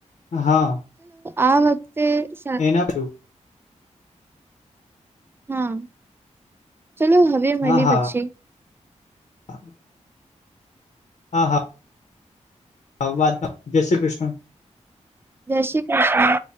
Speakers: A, on the left (about 60°); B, on the right (about 20°).
A: હા
B: આ વ તે સા
A: એના
B: હા. ચલો હવે મળીએ
A: હા હા
B: પછી.
A: <inaudible> હા હા. આ વાતના જય શ્રી કૃષ્ણ.
B: જય શ્રી કૃષ્ણ.